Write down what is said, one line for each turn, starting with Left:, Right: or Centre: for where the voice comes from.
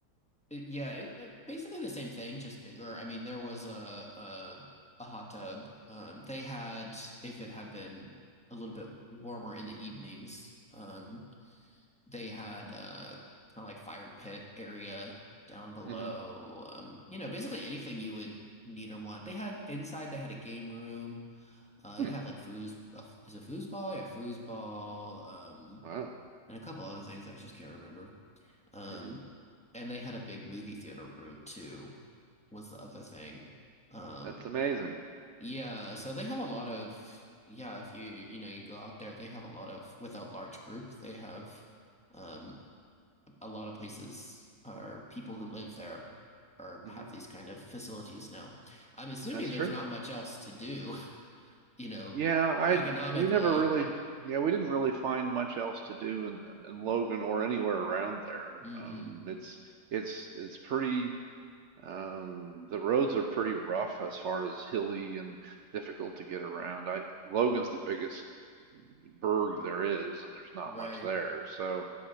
Centre: It- yeah, it, it- basically the same thing, just bigger. I mean, there was a a, a hot tub. Um, they had, if it had been a little bit warmer in the evenings, um, they had uh, kind of like fire pit area down below.
Right: hmm
Centre: Um, you know, basically anything you would need or want. They had inside. They had a game room. Uh,
Right: Hmm.
Centre: it had like foos. Uh, is it foosball? Yeah, foosball. Um,
Right: Wow.
Centre: and a couple other things I just can't remember. Um,
Right: hmm
Centre: and they had a big movie theater room too, was the other thing. Um,
Right: That's amazing.
Centre: yeah, so they have a lot of yeah, if you you know you go out there, they have a lot of with a large group, they have um a lot of places or people who live there or
Right: hmm
Centre: have these kind of facilities now. I'm assuming
Right: That's
Centre: there's
Right: true.
Centre: not much else to do, <laughs> you know,
Right: Yeah, I
Centre: economically.
Right: we never really yeah, we didn't really find much else to do in, in, in Logan or anywhere around there.
Centre: hmm
Right: Um, it's it's it's pretty um, the roads are pretty rough as far as hilly and difficult to get around. I Logan's the biggest burg there is, and there's not
Centre: Right.
Right: much there. So